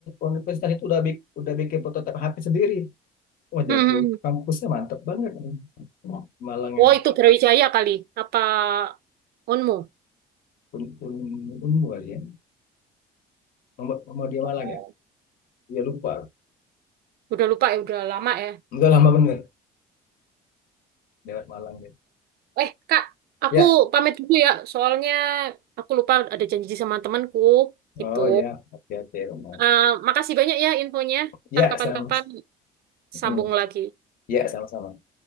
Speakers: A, on the left; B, on the right.
A: universitas itu udah bik- udah bikin prototipe HP sendiri. Wah
B: Heeh.
A: jago, kampusnya mantep banget nih. Malang yang
B: Oh, itu Brawijaya kali. Apa Onmu?
A: un, un, unmu kali ya. Nomor, nomor dia
B: Oh,
A: Malang ya. dia lupa
B: udah lupa ya, udah lama ya.
A: Udah lama bener lewat Malang gitu.
B: Eh, Kak, aku
A: Ya,
B: pamit dulu ya. Soalnya aku lupa ada janji sama temanku gitu.
A: oh ya, oke oke. Malang.
B: Eh, makasih banyak ya infonya.
A: Ya
B: Ntar kapan-kapan
A: sama,
B: sambung
A: hmm.
B: lagi.
A: Ya sama-sama.